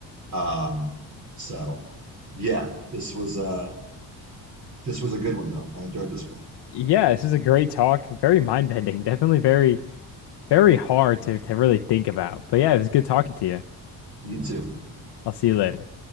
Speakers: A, on the right; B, on the left.
A: Um, so yeah, this was a this was a good one though. I enjoyed this one.
B: Yeah, this is a great talk. Very mind-bending. Definitely very, very hard to, to really think about. But yeah, it was good talking to you.
A: You too.
B: I'll see you later.